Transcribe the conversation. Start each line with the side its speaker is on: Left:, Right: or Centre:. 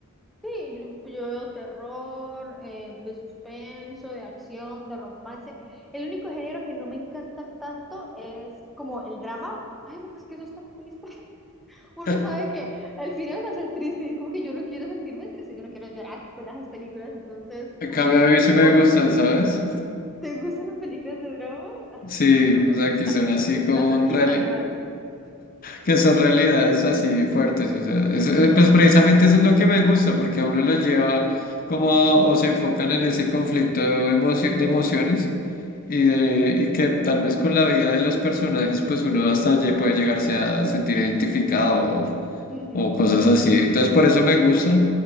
Centre: Sí, yo, yo veo terror, eh, de suspenso, de acción, de romance. El único género que no me encanta tanto es como el drama. Ay, porque es que eso es tan triste. <laughs> Uno
Left: <laughs>
Centre: sabe que al final va a ser triste y es como que yo no quiero sentirme triste, yo no quiero llorar con esas películas. Entonces,
Left: En
Centre: como
Left: cambio,
Centre: que,
Left: a mí sí me
Centre: o
Left: gustan, ¿sabes?
Centre: te gustan las películas de drama, ay,
Left: Sí,
Centre: masoquista,
Left: o sea, que son así
Centre: maso-
Left: con
Centre: masoquista
Left: reali-
Centre: nomás.
Left: que son realidades así fuertes, o sea, es- eh, pues precisamente eso es lo que me gusta, porque a uno lo lleva como, a- o se enfocan en ese conflicto emocio- de emociones y,
Centre: Ujú.
Left: de, y que tal vez con la vida de los personajes, pues uno hasta lle- puede llegarse a sentir identificado
Centre: Ujú,
Left: o cosas
Centre: sí.
Left: así. Entonces por eso me gusta.